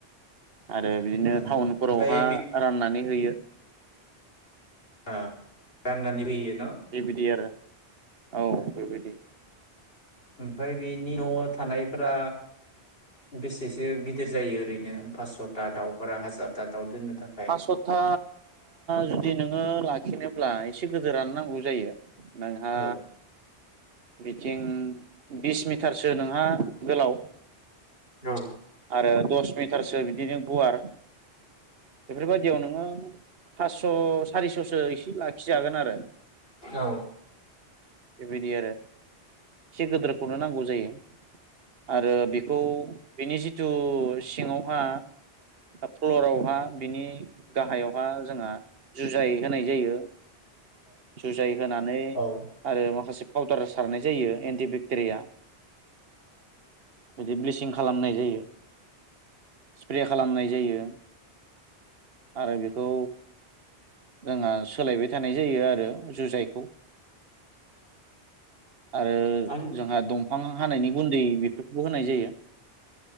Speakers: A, on the right; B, on the left.
A: आरो बिदिनो
B: उम
A: टाउनफोरावहा
B: ओमफ्राय बे
A: राननानै होयो।
B: आं राननानैबो हैयो।
A: बे बिदिआरो। औ
B: ओ
A: बेबायदि।
B: ओमफ्राय बेनि न' थानायफोरा बेसेसो गिदिर जायो ओरैनो फासस'था दाउ बारा हाजारथा दाउ दोननो? थाखाय
A: पास्स'था जुदि नोङो लाखिनोब्ला एसे गोदोरानो नांगौ जायो। नोंहा
B: औ
A: मिथिं बिस मिटारसो नोंहा गोलाव
B: औ
A: आरो दस मिटारसो बिदिनो गुवार बेफोरबायदियाव नोङो। फासस' सारिस'सो एसे लाखिजागोन आरो
B: औ
A: बेबायदि आरो एसे गिदोरखौनो नांगौ। जायो आरो बेखौ बिनि जि जिथु सिङावहा फ्लरावहा बिनि गाहायाव आ जोंहा जुजाय होनाय जायो। जुजाय होनानै
B: औ
A: आरो माखासे पाउदार सारनाय जायो एन्टिबेक्टेरिया। बिदि ब्लिसिं खालामनाय जायो। स्प्रे खालामनाय जायो आरो बेखौ जोंहा सोलायबाय थानाय जायो आरो जुजाइखौ आरो
B: आं
A: जोंहा दंफां हानायनि गुन्दै बेफोरखौबो होनाय जायो ।